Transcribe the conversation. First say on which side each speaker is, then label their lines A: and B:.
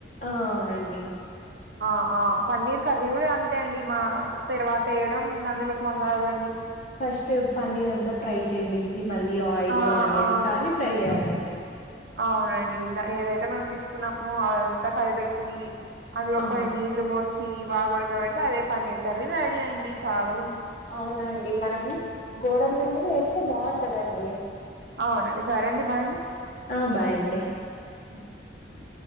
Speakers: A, on the left; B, on the right.
A: ఆ అవునండి
B: ఆ ఆ పన్నీర్ కర్రీ కూడ అంతే అండి మా తర్వాత వేయడం అందులో మసాలాలు
A: ఫస్ట్ పన్నీర్ అంతా ఫ్రై చేసేసి మళ్ళీ ఆయిల్
B: ఆ
A: ఆనియన్స్
B: ఆ
A: కానీ ఫ్రై చేయాలండి
B: అవునండి ఏదైతే మనం తీసుకున్నామో అదంతా కలిపేసి అందులో
A: ఆ
B: కొన్ని నీళ్లు పోసి బాగ ఉడక పెడితే అదే పన్నీర్ కర్రీ రెడీ అండి చాల
A: అవునండి మనం గోడంబి కూడ వేస్తే బాగుంటందండి
B: అవునండి సారే అండి బాయండి
A: ఆ బాయ్అండి
B: ఆ